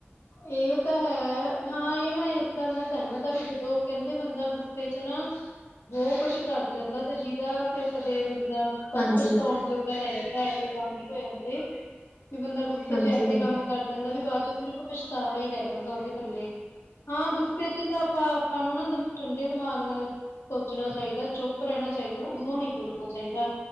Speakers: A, on the left; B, on the left.
A: ਇਹ ਤਾਂ ਹੈ, ਹਾਂ ਇਹ ਮੈਂ ਇਸ ਗੱਲ ਨਾਲ ਸਹਿਮਤ ਹਾਂ, ਵੀ ਜਦੋਂ ਕਹਿੰਦੇ ਬੰਦਾ ਗੁੱਸੇ ਚ ਨਾ ਬਹੁ ਕੁਛ ਕਰ ਜਾਂਦਾ ਤੇ ਜਿਹਦਾ ਫਿਰ ਕਦੇ ਬੰਦਾ ਬੱਸ
B: ਹਾਂਜੀ
A: ਪੁਛਤਾਉਣ ਜੋਗਾ ਰਹਿ ਜਾਂਦਾ ਐੇ ਕੰਮ ਚ ਹੋ ਜਾਂਦੇ ਵੀ ਬੰਦਾ ਗੁੱਸੇ
B: ਹਾਂਜੀ
A: ਚ ਐਸੇ
B: ਹਾਂਜੀ
A: ਕੰਮ ਕਰ ਜਾਂਦਾ ਵੀ ਬਾਅਦ ਚ ਕੋਈ ਪਛਤਾਵਾ ਹੀ ਰਹਿ ਜਾਂਦਾ। ਦਾ ਉਹਦੇ ਪੱਲੇ ਹਾਂ ਗੁੱਸੇ ਚ ਤਾਂ ਆਪਾਂ ਆਪਾਂ ਨੂੰ ਠੰਡੇ ਦਿਮਾਗ ਨਾਲ ਸੋਚਣਾ ਚਾਹੀਦਾ ਚੁੱਪ ਰਹਿਣਾ ਚਾਹੀਦਾ ਉਦੋਂ ਨਹੀਂ ਬੁੱਲਣਾ ਚਾਹੀਦਾ।